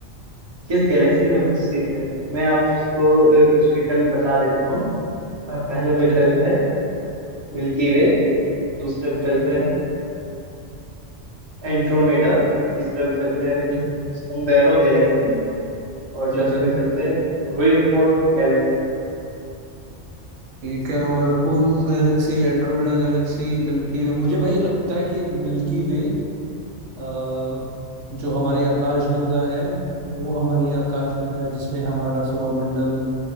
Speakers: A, on the right; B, on the right.
A: किस गैलेक्सी में उपस्थित है मैं आपको अ, कुछ विकल्प बता देता हूँ अ, पहला विकल्प
B: ठीक है
A: है मिल्की वे दूसरा विकल्प
B: ठीक
A: है
B: है
A: एंड्रोमेडा तीसरा विकल्प है
B: ठीक
A: सोमबेरो गैलेक्सी और
B: ठीक
A: चौथा
B: है
A: विकल्प है व्हर्लपूल गैलेक्सी
B: ठीक है whirlpool galaxy Andromeda galaxy milky way मुझे भाई लगता है कि मिल्की वे अ, जो हमारी आकाशगंगा है वो हमारी
A: हाँ
B: आकाशगंगा
A: हाँ
B: है जिसमें हमारा सौर मंडल